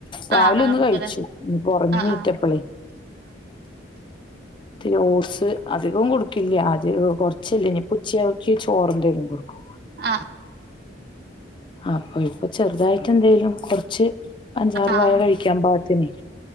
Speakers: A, on the left; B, on the right.
A: രാവിലൊന്ന്
B: ആഹ് അങ്ങനെ കൊടുക്കൂലേ
A: കഴിച്ചു, ഇനി പ്പൊ ഒറങ്ങി
B: ആഹ്
A: നീറ്റപ്പളെയ്
B: ആഹ്
A: ഇത്തിരി ഓട്സ് അധികം കൊടുക്കില്ല ആദ്യൊക്കെ കൊർ ഇനിപ്പോ ഉച്ചയാക്ക് ചോറന്തേലും കൊടുക്കും
B: ആഹ്
A: ആഹ് അപ്പൊ ഇപ്പൊ ചെർതായിട്ടെന്തേലും കൊർച്ച് അഞ്ചാറ്
B: ആഹ്
A: വായ കഴിക്കാൻ പാകത്തിനെയ്